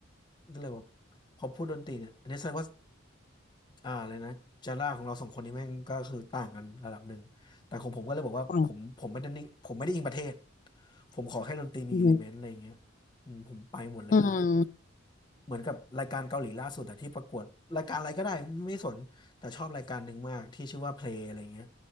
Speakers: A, on the left (about 25°); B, on the left (about 40°).
A: ก็เลยแบบพอพูดดนตรีเนี่ยอันนี้แสดงว่าอ่าเลยนะจาร่าของเราสองคนนี้แม่งก็คือต่างกันระดับหนึ่งแต่ของผมก็เลยบอกว่าผมผมไม่ได้นิ่งผมไม่ได้อิงประเทศ
B: ฟัง
A: ผมขอแค่ดนตรีมีอิเลเมนต์อะไรอย่างเงี้ย
B: อืม
A: อืมผมไปหมดเลยนะ
B: อืม
A: เหมือนกับรายการเกาหลีล่าสุดอะที่ประกวดรายการอะไรก็ได้ไม่สนแต่ชอบรายการหนึ่งมากที่ชื่อว่าเพลงอะไรเงี้ย